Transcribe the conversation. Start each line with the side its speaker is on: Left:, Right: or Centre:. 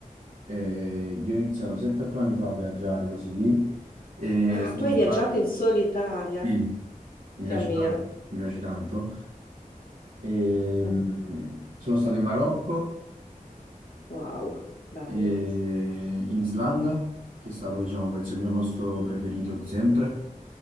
Right: eh, io ho iniziato 7-8 anni fa a viaggiare così e
Left: Ah,
Right: sono
Left: tu hai
Right: stato...
Left: viaggiato in solitaria,
Right: sì, mi
Left: ti
Right: piace
Left: ammiro.
Right: tanto, mi piace tanto. E,
Left: Oh,
Right: mm, sono stato in Marocco,
Left: Wow, bello.
Right: e in Islanda, che è stato, diciamo, penso, il mio posto preferito di sempre.